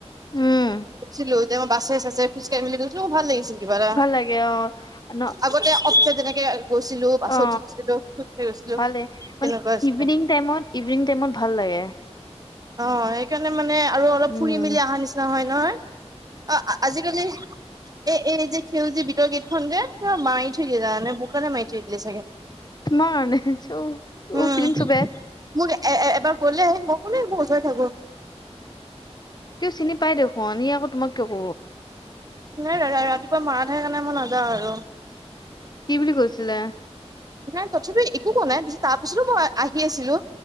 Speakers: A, on the left; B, on the right.
A: উম
B: গৈছিলো যে মই বাছে ছাছে খোজকাঢ়ি মেলি গৈছিলোঁ ভাল লাগিছিল। কিবা এটা
A: ভাল লাগে অ ন
B: আগতে অ অফিচত যেনে কে গৈছিলো, বাছত
A: অ
B: উঠিছিলো, খোজ কাঢ়ি গৈছিলো
A: ভালে মানে
B: তেনেকুৱা আছিলে
A: ইভিনিং টাইমত, ইভিনিং টাইমত ভাল লাগে।
B: অ সেইকাৰ মানে আৰু অলপ
A: উম
B: ফুৰি মেলি অহা নিচিনা হয় নহয়। অ আজিকালি এ এই যে সেউজী বিতৰ গেট খন যে, কিবা মাৰি থৈ দিলে জানানে? বোৰ কাৰণে মাৰি থৈ দিয়ে চাগে।
A: মানিছোঁ
B: উম
A: অ ফিলিংছ বেড।
B: মোক এ এবাৰ ক'লে হল মই কলো হৈ <unintelligible>
A: কিয় চিনি পাই দেখোন। সি আকৌ তোমাক কিয় ক'ব?
B: নাই দা আৰু ৰাতিপুৱা মাৰা থাকে কাৰণে মই নাযাওঁ আৰু।
A: কি বুলি কৈছিলে?
B: নাই তথাপি একো কোৱা নাই। তাৰ পিছতো মই আহি আছিলো।